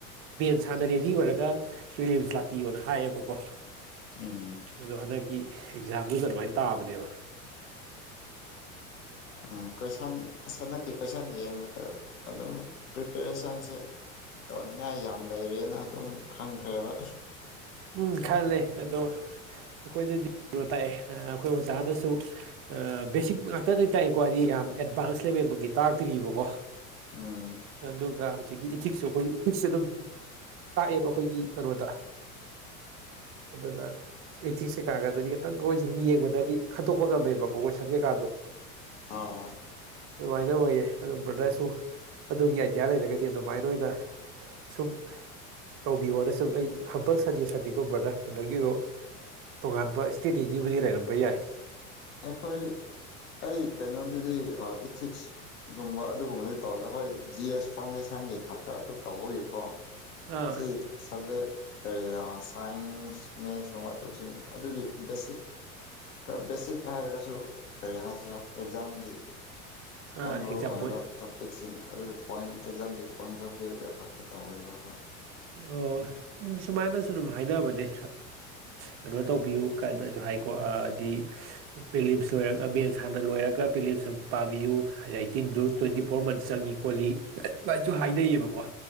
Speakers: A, on the right; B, on the left.
A: ꯁꯥꯟꯅꯔꯦꯗꯤ ꯑꯣꯏꯔꯒ ꯄꯦꯔꯦꯟꯁ ꯂꯥꯛꯄꯤꯌꯣꯅ ꯍꯥꯏꯌꯦꯕꯀꯣ
B: ꯎꯝ
A: ꯑꯗꯣ ꯍꯟꯗꯛꯀꯤ ꯑꯦꯛꯖꯥꯝꯗꯨꯗ ꯑꯗꯨꯃꯥꯏꯅ ꯇꯥꯕꯅꯦꯕ
B: ꯎꯝ ꯀꯣꯏꯁꯟ ꯑꯁꯅꯛꯀꯤ ꯀꯣꯏꯁꯟ ꯌꯦꯡꯕꯗ ꯑꯗꯨꯝ ꯄ꯭ꯔꯤꯄꯦꯔꯦꯁꯟꯁꯦ ꯇꯧꯅꯤꯡꯉꯥꯏ ꯌꯥꯝ ꯂꯩꯔꯤꯑꯅ ꯑꯗꯨꯝ ꯈꯪꯈ꯭ꯔꯦꯕ
A: ꯎꯝ ꯈꯥꯏ ꯂꯩ ꯑꯗꯣ ꯑꯩꯈꯣꯏꯗꯗꯤ ꯀꯩꯅꯣ ꯇꯥꯛꯑꯦ ꯑꯩꯈꯣꯏ ꯑꯣꯖꯥꯅꯁꯨ ꯕꯦꯁꯤꯛ ꯉꯥꯛꯇꯗꯒꯤ ꯇꯥꯛꯏꯦꯀꯣ ꯍꯥꯏꯗꯤ ꯌꯥꯝ ꯑꯦꯗꯚꯥꯟꯁ ꯂꯦꯕꯦꯜꯃꯛꯇꯤ ꯇꯥꯛꯇ꯭ꯔꯤꯕꯀꯣ
B: ꯎꯝ
A: ꯑꯗꯨꯗꯨꯒ ꯁꯤꯒꯤ ꯏꯊꯤꯁ ꯑꯩꯈꯣꯏ ꯏꯊꯤꯛꯁꯦ ꯑꯗꯨꯝ ꯇꯥꯛꯑꯦꯕ ꯑꯩꯈꯣꯏꯒꯤ ꯀꯩꯅꯣꯗ ꯑꯗꯨꯅ ꯑꯦꯊꯤꯡ ꯀꯩꯀꯥꯒ ꯑꯗꯨꯗꯤ ꯈꯤꯇꯪ ꯑꯩꯣꯏ ꯁꯨꯝ ꯌꯦꯡꯕꯗꯗꯤ ꯈꯟꯗꯣꯛꯄ ꯉꯝꯃꯦꯕꯀꯣ ꯀꯣꯏꯁꯟꯒꯦꯀꯥꯟꯗꯣ
B: ꯑꯣ
A: ꯋꯥꯏꯗ ꯑꯣꯏꯏꯌꯦ ꯑ ꯭ꯔ ꯑꯗꯨ ꯑꯗꯨꯒꯤ ꯑꯥꯏꯗꯤꯌꯥ ꯂꯩꯔꯒꯗꯤ ꯑꯗꯨꯃꯥꯏꯅ ꯑꯣꯏꯅ ꯁꯨꯝ ꯇꯧꯕꯤꯌꯣꯅ ꯁꯨꯝ ꯑꯩ ꯍ ꯁꯖꯦ ꯁꯟꯗꯤꯀꯣ ꯕ꯭ꯔꯗꯔ ꯕ꯭ꯔꯗꯔꯒꯤꯕꯨ ꯇꯣꯉꯥꯟꯕ ꯏꯁꯇ꯭ꯔꯦꯇꯦꯖꯤꯕꯨꯗꯤ ꯂꯩꯔꯝꯕ ꯌꯥꯏ
B: ꯑꯩꯈꯣꯏ ꯑꯩ ꯀꯩꯅꯣꯗꯨꯗꯤ ꯏꯊꯤꯛꯁꯒꯨꯝꯕ ꯑꯗꯨꯒꯨꯝꯕꯗꯤ ꯇꯧꯋꯦ ꯑꯩꯈꯣꯏ ꯖꯤ ꯑꯦꯁ ꯐꯥꯎꯟꯗꯦꯁꯟꯒꯤ ꯈꯛꯇ ꯑꯗꯨ ꯇꯧꯕꯒꯤꯀꯣ
A: ꯑꯥ
B: ꯁꯤ ꯁꯕꯖꯦꯛ ꯀ ꯁꯥꯏꯟꯁ ꯃꯦꯟꯁ ꯃꯥꯧꯁꯤꯡ ꯑꯗꯨꯒꯤ ꯕꯦꯁꯤꯛ ꯈꯔ ꯕꯦꯁꯤꯛ ꯍꯥꯏꯔꯒꯁꯨ ꯀꯔꯤ ꯍꯥꯏꯁꯤꯔꯥ ꯖꯝꯒꯦ
A: ꯑꯥ
B: ꯌꯥꯝ ꯃꯔꯨ
A: ꯑꯦꯛꯖꯥꯝꯄꯜ
B: ꯑꯣꯏꯕ ꯇꯣꯄꯤꯛꯁꯤꯡ ꯑꯗꯨꯗꯤ ꯄꯣꯏ ꯑꯦꯛꯖꯥꯝꯒꯤ ꯀꯣꯏꯁꯨꯣꯕꯤꯗ ꯈꯠꯄ ꯇꯧꯋꯦꯕꯈꯣꯏ
A: ꯑꯣ ꯎ ꯁꯨꯃꯥꯏꯅꯁꯨ ꯑꯗꯨꯝ ꯍꯥꯏꯅꯕꯅꯦ ꯀꯩꯅꯣ ꯇꯧꯕꯤꯌꯨ ꯀꯅꯁꯨ ꯍꯥꯏꯀꯣ ꯍꯥꯏꯗꯤ ꯄꯦꯂꯤꯝꯁ ꯂꯣꯏꯔꯒ ꯃꯦꯟꯁ ꯍꯥꯟꯅ ꯂꯣꯏꯔꯒ ꯄꯦꯂꯤꯝꯁꯁꯨ ꯄꯥꯕꯤꯌꯨ ꯍꯥꯏꯗꯤ ꯑꯩꯇꯤꯟꯗꯨ ꯇ꯭ꯋꯦꯟꯇꯤ ꯐꯣꯔ ꯃꯟꯁ ꯆꯪꯉꯤ ꯈꯣꯠꯂꯤ ꯑꯗꯨꯃꯥꯏꯁꯨ ꯍꯥꯏꯅꯩꯌꯦꯕꯀꯣ